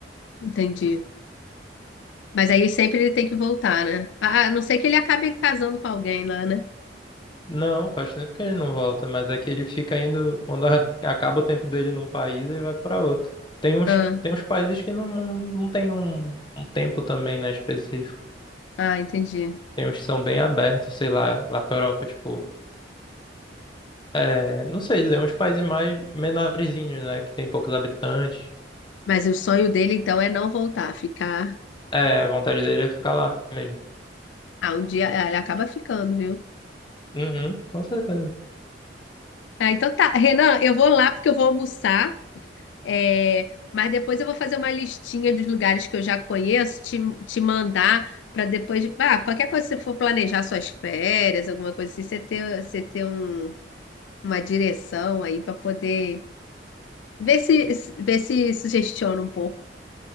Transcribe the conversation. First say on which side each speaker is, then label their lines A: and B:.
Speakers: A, on the left; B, on the left.
A: Entendi. Mas aí sempre ele tem que voltar, né? Ah, a não ser que ele acabe casando com alguém lá, né?
B: Não, faz tempo que ele não volta, mas é que ele fica indo, quando a- acaba o tempo dele num país, ele vai pra outro. Tem uns,
A: Ah,
B: tem uns países que não, não, não tem um, um tempo também, né, específico.
A: ah, entendi.
B: Tem uns que são bem abertos, sei lá, lá pra Europa, tipo, é, não sei dizer, uns países mais menorzinhos, né, que tem poucos habitantes.
A: Mas o sonho dele, então, é não voltar, ficar.
B: É, a vontade dele é ficar lá mesmo.
A: Ah, um dia ah, ele acaba ficando, viu?
B: Uhum, com certeza.
A: Ah, então tá. Renan, eu vou lá porque eu vou almoçar. é, Mas depois eu vou fazer uma listinha dos lugares que eu já conheço, te, te mandar para depois. Ah, qualquer coisa que você for planejar suas férias, alguma coisa assim, você ter, você ter um- uma direção aí para poder ver se, ver se sugestiona um pouco,